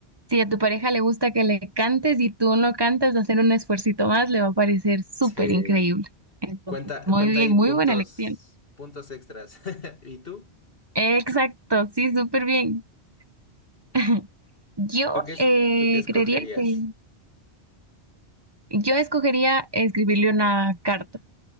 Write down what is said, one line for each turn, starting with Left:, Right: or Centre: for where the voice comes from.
Right: Si a tu pareja le gusta que le cantes y tú no cantas, hacer un esfuercito más le va a parecer súper
Left: sí.
Right: increíble. Entonces,
Left: Cuenta,
Right: muy
Left: cuenta
Right: bien,
Left: ahí
Right: muy
Left: puntos,
Right: buena elección.
Left: puntos extras. <laughs> ¿Y tú?
Right: Exacto, sí, súper bien. <laughs> Yo
Left: ¿Tú qué, es-
Right: eh,
Left: tú qué escogerías?
Right: creería que yo escogería escribirle una carta.